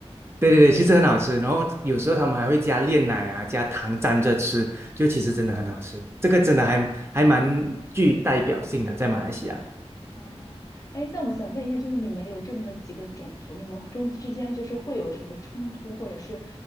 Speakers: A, on the right (about 25°); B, on the left (about 35°).
A: 对对对，
B: 对，
A: 其实很好吃。然后有时候他们还会加炼奶啊，加糖沾着吃，就其实真的很好吃。
B: 嗯，
A: 这个真的还还蛮具代表性的，
B: 是的。
A: 在马来西亚。
B: 哦，哎，那我想问一下，就是你们有这么几个种族，你们中之间就是会有什么冲突，或者是